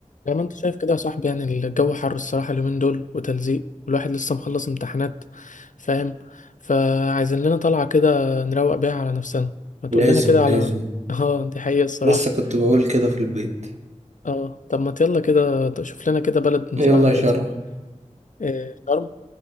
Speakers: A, on the left; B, on the right.
A: زي ما انت شايف كده يا صاحبي يعني الجو حر الصراحة اليومين دول وتلزيق والواحد لسه مخلص امتحانات فاهم فعايزين لنا طلعة كده نروق بيها على نفسنا ما تقول
B: لازم
A: لنا كده على
B: لازم
A: <laughs> اه دي حقيقة الصراحة
B: لسه كنت بقول كده في البيت
A: اه طب ما يلا كده شوف لنا كده بلد نطلعها
B: يلا
A: كده
B: شرم
A: إيه شرم